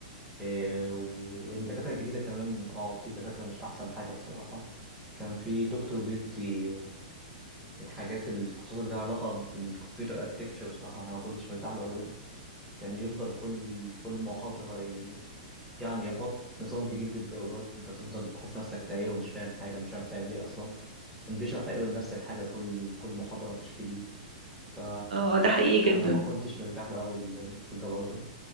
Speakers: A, in the centre; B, on the right.
A: آه والدكاترة الجديدة كمان اه في دكاترة مش أحسن حاجة بصراحة كان في دكتور بيدي الحاجات الكورسات اللي لها علاقة بالكمبيوتر اركتكتشر بصراحة أنا ما كنتش مرتاح له أبدا كان يفضل كل كل محاضرة يعني يحط نظام جديد للدرجات انت تفضل تحس نفسك تايه ومش فاهم حاجه مش عارف تعمل ايه اصلا كان بيشرح تقريبا نفس الحاجه كل كل محاضره مفيش جديد ف
B: اه ده حقيقي جدا
A: انا ما كنتش مرتاح له قوي الدكتور ده برضه